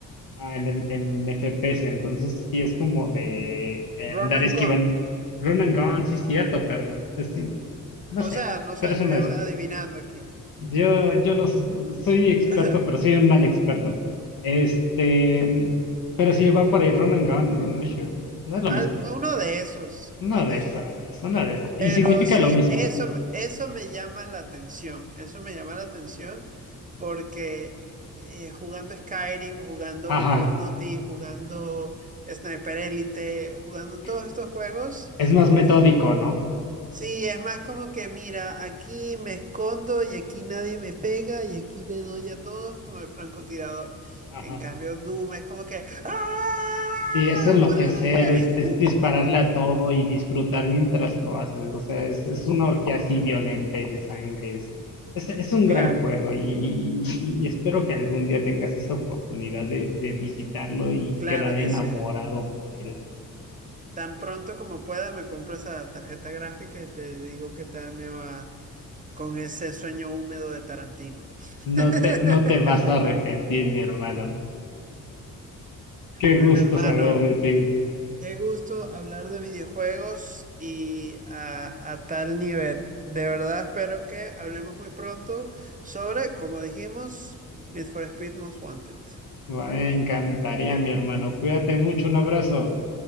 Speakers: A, on the left; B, on the right.
A: Ah, en el, en FPS, entonces sí es como de eh,
B: Run
A: andar
B: and
A: esquivando.
B: gun.
A: Run and gun, sí es cierto, perdón. Es sí, ah, no
B: O
A: sé,
B: sea, no sé,
A: pero es
B: estoy
A: uno
B: a-
A: de esos.
B: adivinando aquí.
A: Yo, yo no so- soy experto,
B: <laughs>
A: pero soy un mal experto. Este, pero sí va por ahí, run and gun, run and shoot. No es lo
B: Al-
A: mismo.
B: Uno de esos,
A: Una
B: eso.
A: de esas, una de esas. Y
B: Pero
A: significa
B: sí,
A: lo mismo.
B: eso, me- eso me llama la atención, eso me llama la atención porque eh, jugando Skyrim, jugando
A: Ajá.
B: Call of Duty, jugando Sniper Elite, jugando
A: que
B: todos estos juegos,
A: Es
B: es
A: más
B: como
A: metódico,
B: que,
A: ¿no?
B: sí, es más como que, mira, aquí me escondo y aquí nadie me pega y aquí le doy a todos con el francotirador.
A: Ajá.
B: En cambio, Doom es como que, ¡ah!
A: Y es enloquecer,
B: ¡Muere!
A: es, es dispararle a todo
B: <laughs>
A: y disfrutar mientras lo haces. O sea, es, es una orgía así violenta y de sangre. Es, es, es un
B: Claro,
A: gran juego y, y- y- y espero que algún día tengas esa oportunidad de, de visitarlo y
B: claro
A: quedar enamorado
B: que sí.
A: por él.
B: Tan pronto como pueda me compro esa tarjeta gráfica y te digo qué tal me va con ese sueño húmedo de Tarantino.
A: No te, no
B: <laughs>
A: te vas a arrepentir, mi hermano. Qué
B: Bueno,
A: gusto
B: hermano,
A: saber de ti.
B: qué gusto hablar de videojuegos y a, a tal nivel. De verdad espero que hablemos muy pronto sobre, como dijimos, Need for Speed Most Wanted.
A: Me encantaría, mi hermano. Cuídate mucho. Un abrazo.